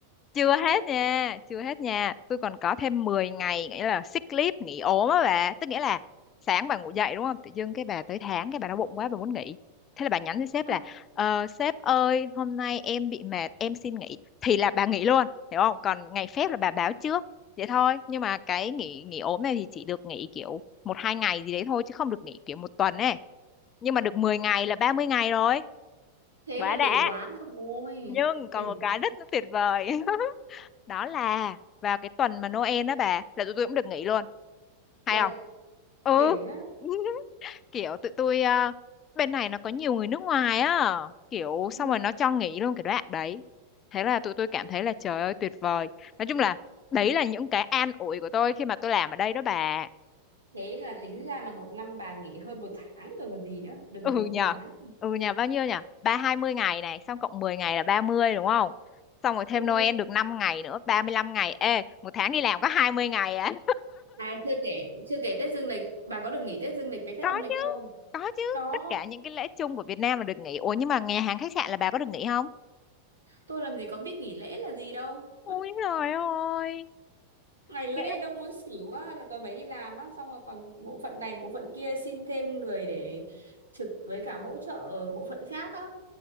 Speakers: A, on the left; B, on the right.
A: chưa
B: Trời
A: hết
B: ơi,
A: nha chưa hết nha tôi còn có thêm mười ngày nghĩa là sick leave nghỉ ốm á bà tức nghĩa là sáng bà ngủ dậy đúng không tự dưng cái bà tới tháng cái bà đau bụng quá bà muốn nghỉ thế là bà nhắn cho sếp
B: không,
A: là ờ, sếp ơi hôm nay em bị mệt em xin nghỉ thì là bà nghỉ luôn hiểu không còn ngày phép là bà báo trước vậy thôi nhưng mà cái nghỉ nghỉ ốm này thì chỉ được nghỉ kiểu một hai ngày gì đấy thôi chứ không được nghỉ kiểu một tuần ấy nhưng mà được 10 ngày là 30 ngày rồi
B: thế
A: quá
B: là
A: đã
B: đỉnh quá rồi.
A: nhưng còn
B: Đỉnh,
A: một cái rất là tuyệt vời <laughs> đó là vào cái tuần mà Noel đó bà là tụi tôi cũng được nghỉ luôn hay
B: uầy,
A: không ừ
B: đỉnh á.
A: <laughs> kiểu tụi tôi ờ, bên này nó có nhiều người nước ngoài á kiểu xong
B: Ừ.
A: rồi nó cho nghỉ luôn cái đoạn đấy thế là tụi tôi cảm thấy là trời ơi tuyệt vời nói chung là đấy là những cái an ủi của tôi khi mà tôi làm ở đây đó bà
B: Thế là tính ra là một năm bà nghỉ hơn một tháng rồi còn gì nữa, được
A: ừ
B: nghỉ hơn
A: nhờ
B: một tháng.
A: ừ nhờ bao nhiêu nhờ ba hai mươi ngày này xong cộng 10 ngày là 30 đúng không xong rồi thêm
B: Ừ.
A: Noel được 5 ngày nữa 35 ngày ê một tháng đi làm có 20 ngày á
B: Này, chưa kể chưa kể Tết dương lịch, bà có được nghỉ Tết dương lịch với Tết
A: có
B: âm lịch
A: chứ
B: không?
A: có chứ
B: Đó,
A: tất cả những cái lễ chung của Việt Nam là được nghỉ ủa nhưng mà nhà hàng khách sạn là bà có được nghỉ không
B: tôi làm gì có biết nghỉ lễ là gì đâu.
A: Ôi trời ơi,
B: Ngày lễ
A: tiếc.
B: đâu muốn xỉu á, là còn phải đi làm á, xong rồi còn bộ phận này, bộ phận kia xin thêm người để trực với cả hỗ trợ ở bộ phận khác á.